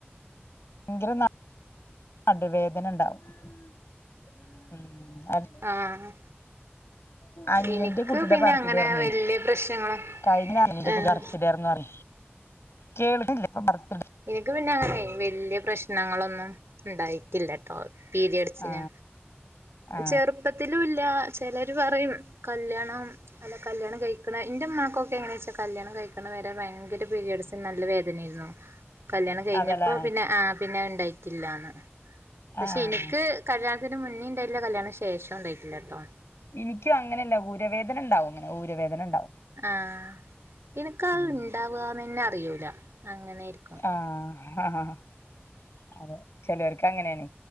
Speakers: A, on the left; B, on the right.
A: ഭയങ്കര നടുവേദന ഉണ്ടാവും <inaudible>
B: ആഹ്
A: അനിയന്റെ
B: എനിക്ക്
A: കുട്ടിയുടെ
B: പിന്നെ
A: ബർത്തഡേരുന്ന്
B: അങ്ങനെ വല്യ പ്രശ്നങ്ങള്
A: കഴിഞ്ഞ <unintelligible>
B: ആഹ്
A: കേൾക്കാണില്ല ഇപ്പ പറഞ്ഞത്
B: എനിക്ക് പിന്നെ അങ്ങനെ വലിയ പ്രശ്നങ്ങളൊന്നും ഉണ്ടായി ഇല്ല ട്ടോ പീരിയഡ്‌സിന്
A: ആ ആ
B: ചെറുപ്പത്തിലൂയില്ല ചെലര് പറയും കല്യാണം- അതെ കല്യാണം കഴിക്കണം എന്റെ ഉമ്മാക്കൊക്കെ എങ്ങനെയ വെച്ചാ കല്യാണം കഴിക്കണം വരെ ഭയങ്കര പിരിയഡ്സിന് നല്ല വേദനയായിരുന്നു കല്ല്യാണം കഴിഞ്ഞപ്പോ
A: അതല്ലേ
B: പിന്നെ ആ പിന്നെ ഉണ്ടായിട്ടില്ലാന്ന് പക്ഷെ
A: ആ
B: എനിക്ക് കല്യാ എനിക്ക് ഇതിന് മുന്നേ ഉണ്ടായിട്ടല്ല കല്യാണം ശേഷം ഉണ്ടായിട്ടില്ല കേട്ടോ
A: എനിക്കും അങ്ങനെയല്ല ഊര് വേദന ഉണ്ടാവും ഊര് വേദന ഉണ്ടാവും
B: ആഹ് എനക്ക് അത്
A: ഉം
B: ഇണ്ടാവുകന്ന്ന്നെ അറിയൂല അങ്ങനെയിരിക്കും
A: ആഹ് ആഹാ ഹ അതെ ചെലവർക്ക് അങ്ങനെയാണ്